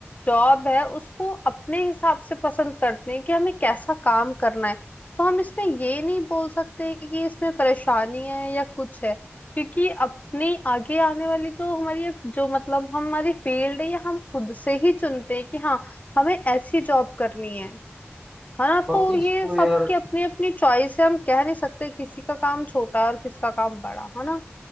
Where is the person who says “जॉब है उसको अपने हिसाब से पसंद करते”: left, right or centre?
Left